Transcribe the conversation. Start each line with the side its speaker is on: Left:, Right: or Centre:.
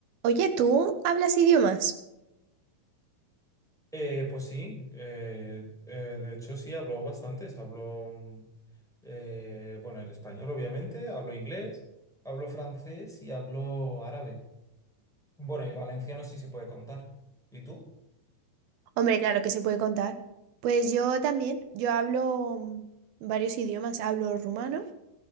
Right: Oye, ¿tú hablas idiomas?
Centre: Eh, pues sí, eh, eh, de hecho sí, hablo bastantes. Hablo, mm, eh, bueno, el español obviamente, hablo inglés, hablo francés y hablo árabe. Bueno, y el valenciano sí se puede contar. ¿Y tú?
Right: Hombre, claro que se puede contar. Pues yo también, yo hablo mm, varios idiomas, hablo rumano,